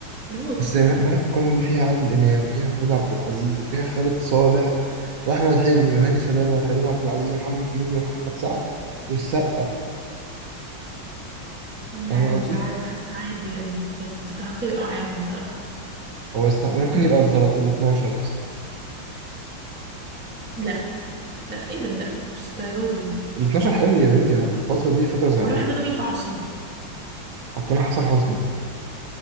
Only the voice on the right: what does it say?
بس ما ما انا في القايمه دي فيها عادل امام وفيها محمود عبد العزيز وفيها خالد صالح واحمد حلمي وهاني سلامه وكريم عبد العزيز ومحمد هنيدي ومحمد سعد والسقا
فاهم قصدي؟
هو يستحق ممكن يبقى ال تلات- ال 12 مثلا
ال 12 حلو يا بنتي الفتره دي فتره ذهبيه
حطينا حسن حسني